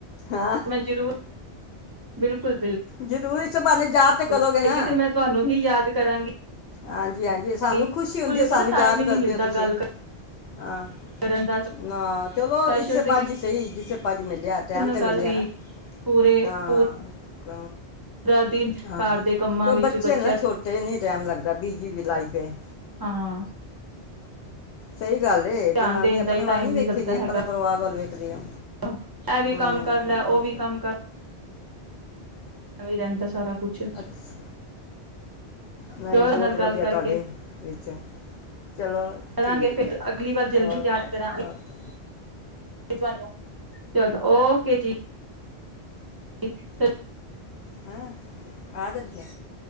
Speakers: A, on the left; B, on the right.
A: ਹਾਂ
B: ਮੈਂ ਜ਼ਰੂਰ ਬਿਲਕੁਲ
A: ਜਦੋਂ ਇਸੇ ਬਹਾਨੇ ਯਾਦ
B: ਬਿਲਕੁਲ
A: ਤੇ ਕਰੋਗੇ ਨਾ
B: ਕਿਤੇ ਮੈਂ ਤੁਹਾਨੂੰ ਹੀ ਯਾਦ ਕਰਾਂਗੀ
A: ਹਾਂਜੀ ਹਾਂਜੀ ਸਾਨੂੰ
B: ਬਿਲਕੁਲ
A: ਖੁਸ਼ੀ ਹੁੰਦੀ
B: ਪਤਾ
A: ਸਾਨੂੰ
B: ਟਾਈਮ
A: ਯਾਦ
B: ਹੀ
A: ਕਰਦੇਓ
B: ਨਹੀਂ ਮਿਲਦਾ
A: ਤੁਸੀਂ
B: ਗੱਲ
A: ਹਾਂ
B: ਕਰਨ ਦਾ
A: ਨਾ ਚਲੋ
B: ਸਪੈਸ਼ਲ
A: ਇਸੇ
B: ਤੇ
A: ਭਾਜੀ
B: ਕਿਸੇ
A: ਸਹੀ ਜਿਸੇ ਭਾਜੀ ਮਿਲਿਆ ਟੈਮ
B: ਨਾਲ
A: ਤੇ
B: ਗੱਲ
A: ਮਿਲਿਆ
B: ਸੀ
A: ਨਾ
B: ਪੂਰੇ
A: ਹਾਂ
B: ਪੂ
A: ਕ
B: ਪੂਰਾ ਦਿਨ
A: ਹਾਂ
B: ਘਰ ਦੇ ਕੰਮਾਂ
A: ਕੋ
B: ਵਿੱਚ
A: ਬੱਚੇ
B: ਬੱਚਿਆ
A: ਨਾ ਛੋਟੇ ਨਹੀਂ ਟਾਈਮ ਲੱਦਾ ਲਾਈਫ ਵੀ ਬਹੁਤ ਬਿਜ਼ੀ
B: ਹਾਂ
A: ਸਹੀ ਗੱਲ
B: ਧਿਆਨ
A: ਜਨਾਨੀ
B: ਦੇਣ
A: ਆਪਣੇ
B: ਦਾ ਹੀ
A: ਵੱਲ
B: ਟਾਈਮ
A: ਨੀ ਵੇਖੇਗੀ
B: ਲੱਗਦਾ
A: ਆਪਣੇ
B: ਹੈਗਾ।
A: ਪਰਿਵਾਰ ਵੱਲ ਵੇਖਦੀ ਆ
B: ਇਹ ਵੀ
A: ਹਮ
B: ਕੰਮ ਕਰ ਲੈ
A: ਨਹੀਂ
B: ਉਹ ਕੰਮ ਵੀ ਰਹਿੰਦਾ ਸਾਰਾ ਕੁਛ
A: ਅੱਛ ਨਹੀਂ
B: ਪਿਓਰ
A: ਬਹੁਤ
B: ਨਾਲ
A: ਵਧੀਆ
B: ਗੱਲ ਕਰਕੇ
A: ਤੁਹਾਡੇ ਵਿੱਚ ਚਲੋ
B: ਕਰਾਂਗੇ
A: ਠੀਕ
B: ਫਿਰ
A: ਹੈ
B: ਅਗਲੀ ਵਾਰ ਜਲਦੀ
A: ਓਕੇ
B: ਯਾਦ ਕਰਾਂਗੇ
A: ਓਕੇ
B: ਤੁਹਾਨੂੰ ਚਲੋ ਓਕੇ ਜੀ ਸਤਿ
A: ਹੈਂ ਆ ਜਾਂਦ ਗਿਆ